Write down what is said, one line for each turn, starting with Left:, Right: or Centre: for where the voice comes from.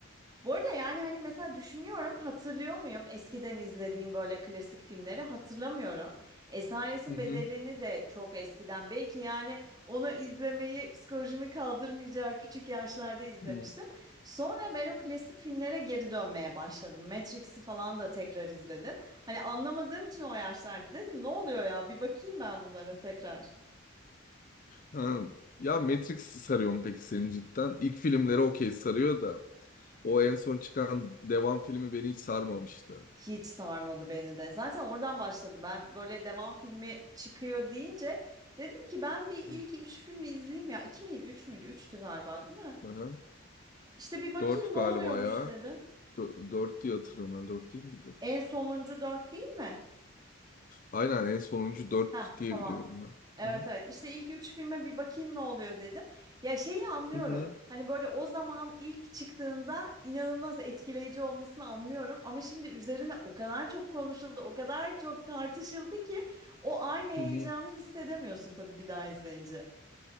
Right: Bu arada yani hani mesela düşünüyorum hatırlıyor muyum eskiden izlediğim böyle klasik filmleri hatırlamıyorum. Esaretin
Left: Hı hı.
Right: Bedeli'ni de çok eskiden belki yani onu izlemeyi psikolojimi kaldırmayacağı küçük yaşlarda izlemiştim.
Left: Hı.
Right: Sonra ben o klasik filmlere geri dönmeye başladım. Matrix'i falan da tekrar izledim. Hani anlamadığım için o yaşlarda dedim ne oluyor ya bir bakayım ben bunlara tekrar.
Left: Ha. Ya Matrix sarıyor mu peki seni cidden? İlk filmleri okey sarıyor da o en son çıkan devam filmi beni hiç sarmamıştı.
Right: Hiç sarmadı beni de. Zaten oradan başladı. Ben böyle devam filmi çıkıyor deyince dedim ki ben bir ilk
Left: Hı.
Right: üç filmi izleyeyim ya. İki miydi, üç müydü? Üçtü galiba, değil mi?
Left: Aha.
Right: İşte bir bakayım
Left: Dört
Right: ne
Left: galiba
Right: oluyormuş
Left: ya.
Right: dedim.
Left: Dö- dört diye hatırlıyorum ben. Dört değil miydi?
Right: En sonuncu dört değil mi?
Left: Aynen en sonuncu dört
Right: Ha
Left: diye
Right: tamam.
Left: biliyorum ben.
Right: Evet
Left: Aha.
Right: evet işte ilk üç filme bir bakayım ne oluyor dedim. Ya şeyi anlıyorum.
Left: Hı hı.
Right: Hani böyle o zaman ilk çıktığında inanılmaz etkileyici olmasını anlıyorum. Ama şimdi üzerine o kadar çok konuşuldu, o kadar çok tartışıldı ki o aynı heyecanı
Left: Hı hı.
Right: hissedemiyorsun tabii bir daha izleyince.